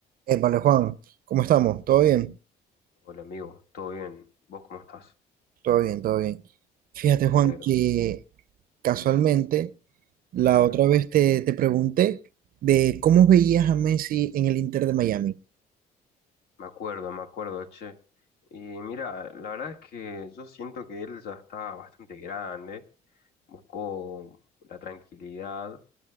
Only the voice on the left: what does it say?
Hola amigo, ¿todo bien? ¿Vos cómo estás?
Me alegro.
Ujú.
Me acuerdo, me acuerdo, che. Y mira, la verdad es que yo siento que él ya está bastante grande, buscó la tranquilidad,